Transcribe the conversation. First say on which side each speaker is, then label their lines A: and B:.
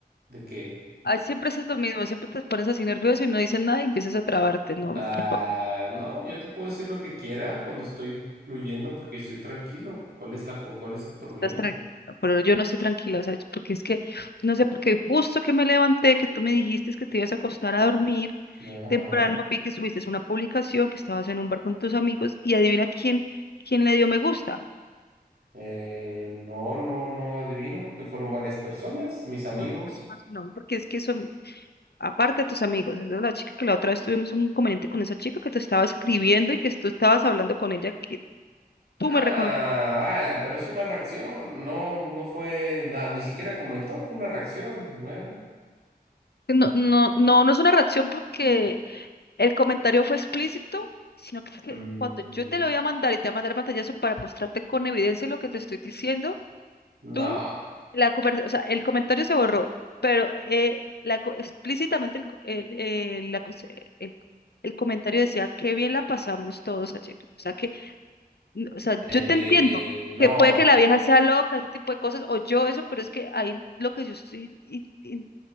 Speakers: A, on the right (about 70°); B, on the left (about 75°).
A: ¿de qué?
B: Ay, siempre haces lo mismo, siempre te pones así nervioso y no dices nada y empiezas a trabarte. No,
A: Ah,
B: no, por favor,
A: no, yo te puedo decir lo que quiera cuando estoy fluyendo porque estoy tranquilo. ¿Cuál es la, cu- cuál es el problema?
B: no estás tranquila. Pero yo no estoy tranquila, o sea, porque es que, no sé, porque justo que me levanté, que tú me dijiste que te ibas a acostar a dormir.
A: Ajá.
B: Temprano vi que subiste una publicación que estabas en un bar con tus amigos y adivina quién, quién le dio me gusta.
A: Eh, no, no, no adivino porque fueron varias personas, mis amigos.
B: No, pues, pues, no, porque es que son, aparte de tus amigos, es de la chica que la otra vez tuvimos un inconveniente con esa chica que te estaba escribiendo y que tú estabas hablando con ella, que tú
A: Ah,
B: me reconoces.
A: ah, pero es una reacción, no, no fue nada, ni siquiera comentó, fue una reacción, güey.
B: No, no, no, no es una reacción porque el comentario fue explícito, sino que, es que
A: Mm,
B: cuando yo te lo voy a mandar y te voy a mandar el pantallazo para mostrarte con evidencia lo que te estoy diciendo,
A: no,
B: tú, la conversa- o sea, el comentario se borró, pero eh, la, co- explícitamente el, co- el, eh, la cons- el- el comentario decía, qué bien la pasamos todos ayer. O sea, que, n- o sea,
A: eh,
B: yo te entiendo
A: no,
B: que puede que la vieja sea loca, ese tipo de cosas, o yo eso, pero es que ahí lo que yo estoy i- i-